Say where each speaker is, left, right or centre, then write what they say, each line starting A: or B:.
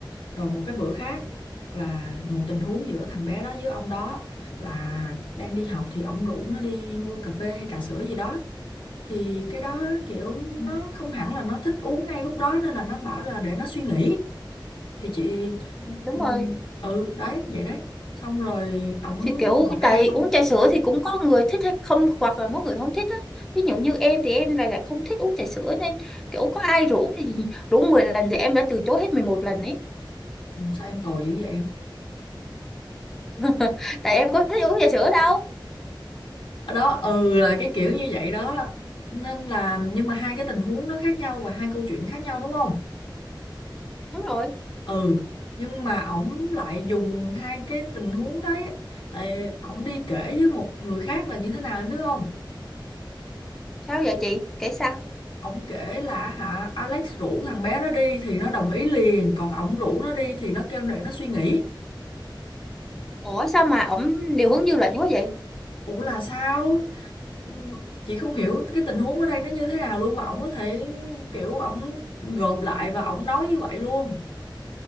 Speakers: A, on the left; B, in the centre.
A: Rồi một cái bữa khác là một tình huống giữa thằng bé đó với ông đó là đang đi học thì ông rủ nó đi mua cà phê hay trà sữa gì đó thì cái đó kiểu nó
B: Ừ,
A: không hẳn là nó thích uống ngay lúc đó nên là nó bảo là để nó suy nghĩ thì chị
B: ừ, đúng
A: ừ
B: rồi
A: ừ, đấy vậy đấy xong rồi ổng
B: thì kiểu
A: nộp hai
B: tại
A: câu
B: uống trà sữa thì cũng có người thích hay không hoặc là có người không thích á ví dụ như em thì em lại lại không thích uống trà sữa nên kiểu có ai rủ thì <laughs> rủ 10 lần thì em đã từ chối hết 11 lần ấy
A: Ừ, sao em tồi dữ vậy em
B: <laughs> tại em có thích uống trà sữa đâu
A: Ở đó ừ là cái kiểu như vậy đó nên là nhưng mà hai cái tình huống nó khác nhau và hai câu chuyện khác nhau đúng không
B: đúng rồi
A: ừ nhưng mà ổng lại dùng hai cái tình huống đấy tại ổng đi kể với một người khác là như thế nào em biết không
B: sao vậy chị kể sao
A: ổng kể là hả Alex rủ thằng bé đó đi thì nó đồng ý liền còn ổng rủ nó đi thì nó kêu để nó suy nghĩ
B: ủa sao mà ổng điều hướng dư luận quá vậy
A: ủa là sao Ừm, chị không hiểu cái tình huống ở đây nó như thế nào luôn mà ổng có thể kiểu ổng gộp lại và ổng nói như vậy luôn